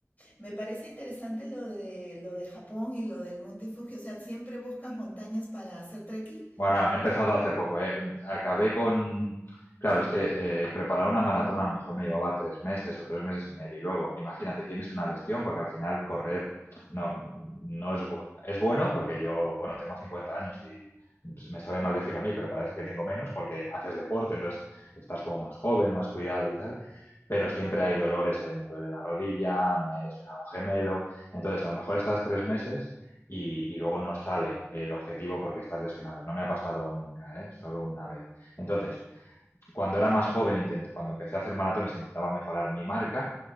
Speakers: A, on the left; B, on the left.
A: Me parece interesante lo de, lo de Japón y lo del Monte Fuji. O sea, ¿siempre buscas montañas para hacer trekking?
B: Bueno, he empezado hace poco, ¿eh? Acabé con... Claro, es que eh, preparar una maratón a lo mejor me llevaba tres meses o tres meses y medio. Y luego, imagínate, tienes una lesión porque al final correr no, no es, bu- es bueno porque yo, bueno, tengo 50 años y pues, me sabe mal decir a mí, pero parece que tengo menos porque haces deporte, entonces estás como más joven, más cuidado y tal. Pero siempre hay dolores, eh, me duele la rodilla, me he lesionado un gemelo. Entonces, a lo mejor estás tres meses y, y luego no sale el objetivo porque estás lesionado. No me ha pasado nunca, ¿eh? solo una vez. Entonces, cuando era más joven, intent- cuando empecé a hacer maratones, intentaba mejorar mi marca